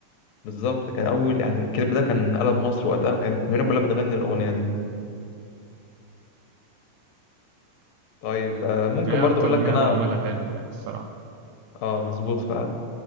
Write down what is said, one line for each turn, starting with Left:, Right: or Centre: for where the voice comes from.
Left: بالظبط كان اول يعني الكليب ده كان قلب مصر وقتها وكانت الدنيا كلها بتغني الاغنيه دي طيب
Right: مم.
Left: آه، ممكن
Right: هي
Left: برضو
Right: أكتر
Left: اقول
Right: أغنية
Left: لك انا
Right: هو عملها حلوة يعني الصراحة
Left: اه مظبوط فعلا